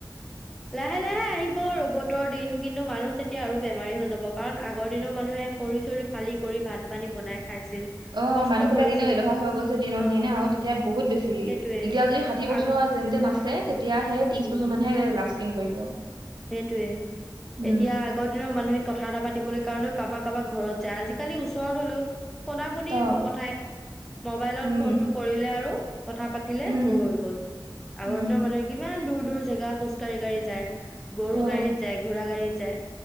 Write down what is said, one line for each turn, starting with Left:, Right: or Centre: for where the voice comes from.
Centre: লাহে লাহে আহিব ৰবটৰ দিন, কিন্তু মানুহ যেতিয়া আৰু বেমাৰী হৈ যাব, কাৰণ আগৰ দিনৰ মানুহে খৰি চৰি ফালি কৰি ভাত পানী বনাই খাইছিল।
Right: অ
Centre: কষ্ট
Right: মানুহ বিলাক
Centre: কৰিছিল
Right: এনে আলেহুৱা হৈ গৈছে দিনক
Centre: অ
Right: দিনে আৰু তেতিয়া বহুত বেছি এতিয়া
Centre: সেইটোৱে
Right: যদি ষাঠী বছৰ
Centre: আগ
Right: যেন
Centre: অ
Right: তেন আছে তেতিয়াা সেই ত্ৰিশ
Centre: উম
Right: বছৰ মানহে লাষ্ট টিং কৰিব।
Centre: সেইটোৱে
Right: উম
Centre: এতিয়া আগৰ দিনৰ মানুহে কথা এটা পাতিবলৈ কাৰণেও কাৰোবাৰ কাৰবাৰ ঘৰত যায়, আজিকালি ওচৰত হলেও শুনা পুনি
Right: অ
Centre: কথাই মোবাইলত
Right: উম
Centre: ফোনটো কৰিলে আৰু কথা পাতিলে
Right: উম
Centre: হৈ গ'ল আগৰ
Right: উম
Centre: দিনৰ মানুহে কিমান দূৰ দূৰ জেগা খোজ কাঢ়ি কাঢ়ি যায় গৰু
Right: অ
Centre: গাড়ীত যায় ঘোৰা গাড়ত যাই